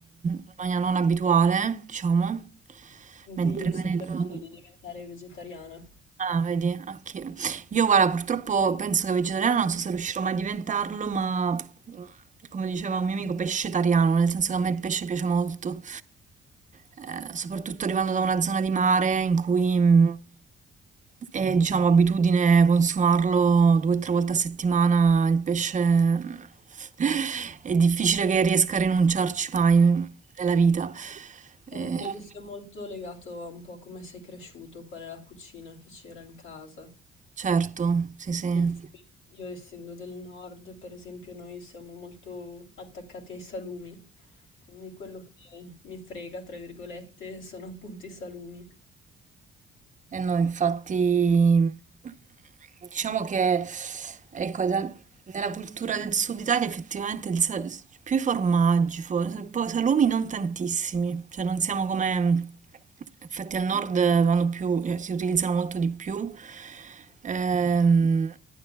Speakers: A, on the right; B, on the left.
A: in maniera non abituale, diciamo.
B: Anche
A: Mentre
B: io sto
A: venendo...
B: cercando di diventare vegetariana.
A: Ah, vedi, anche io, guarda, purtroppo penso che vegetariana non so se riuscirò mai a diventarlo, ma mm, come diceva un mio amico, pescetariano, nel senso che a me il pesce piace molto, Eh, soprattutto arrivando da una zona di mare in cui mh, è, diciamo, abitudine consumarlo due o tre volte a settimana, il pesce mh, <laughs> è difficile che riesca a rinunciarci mai nella vita. Eh,
B: Eh, credo sia molto legato a un po' come sei cresciuto, qual è la cucina che c'era in casa.
A: certo, sì, sì.
B: Penso che Io essendo del nord, per esempio, noi siamo molto attaccati ai salumi, quindi quello che mi frega, tra virgolette, sono appunto i salumi.
A: Eh no, infatti, diciamo che ecco, da- nella cultura del sud Italia effettivamente il sa- più i formaggi, fo- poi salumi non tantissimi, cioè non siamo come, infatti al nord vanno più, eh, si utilizzano molto di più Ehm,